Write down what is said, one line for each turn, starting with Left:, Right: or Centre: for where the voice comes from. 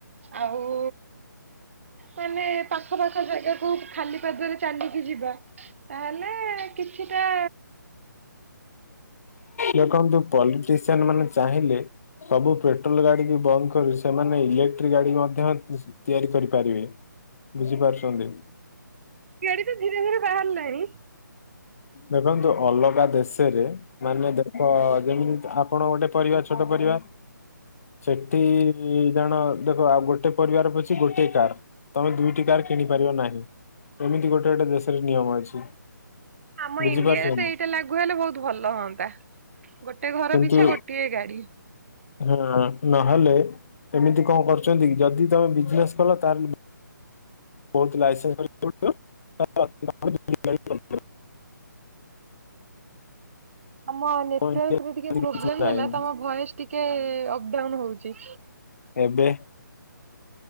Right: ଆଉ ମାନେ ପାଖ ପାଖ ଜାଗାକୁ ଖାଲି ପାଦରେ ଚାଲିକି ଯିବା। ତାହେଲେ କିଛିଟା।
Left: ଦେଖନ୍ତୁ ପଲିଟିସିଆନ ମାନେ ଚାହିଁଲେ। ସବୁ ପେଟ୍ରୋଲ ଗାଡି କୁ ବନ୍ଦ କରି ସେମାନେ ଇଲେକ୍ଟ୍ରିକ ଗାଡି ମଧ୍ୟ। ତିଆରି କରିପାରିବେ ବୁଝିପାରୁଛନ୍ତି।
Right: ଇଆଡି ତ ଧୀରେ ଧୀରେ ବାହାରିଲାଣି।
Left: ଦେଖନ୍ତୁ ଅଲଗା ଦେଶରେ ମାନେ ଦେଖ ଯେମିତି ଆପଣ ଗୋଟେ ପରିବାର ଛୋଟ ପରିବାର। ସେଠି ଜାଣ ଦେଖ ଆଉ ଗୋଟେ ପରିବାର ପିଛି ଗୋଟେ କାର। ତମେ ଦୁଇଟି କାର କିଣି ପାରିବ ନାହିଁ ଏମିତି ଗୋଟେ ଗୋଟେ ଦେଶରେ ନିୟମ ଅଛି।
Right: ଆମ
Left: ବୁଝିପାରୁଛନ୍ତି
Right: ଇଣ୍ଡିଆରେ ତ ଏଇଟା ଲାଗୁ ହେଲେ ବହୁତ ଭଲ ହୁଅନ୍ତା। ଗୋଟେ ଘର
Left: କିନ୍ତୁ
Right: ପିଛା ଗୋଟିଏ ଗାଡି।
Left: ହଁ ନହେଲେ ଏମିତି କଣ କରୁଛନ୍ତି କି ଯଦି ତମେ ବିଜିନେସ କଲ ତାହେଲେ ବହୁତ ଲାଇସେନ୍ସ କରିବାକୁ ପଡିବ।
Right: ଆମ ନେଟୱାର୍କରେ
Left: ଇଣ୍ଡିଆରେ ସେମିତି
Right: ଟିକେ ପ୍ରୋବ୍ଲେମ୍
Left: କିଛି ନାହିଁ
Right: ହେଲା ତମ ଭଏସ ଟିକେ ଅପଡାଉନ ହଉଛି।
Left: ଏବେ।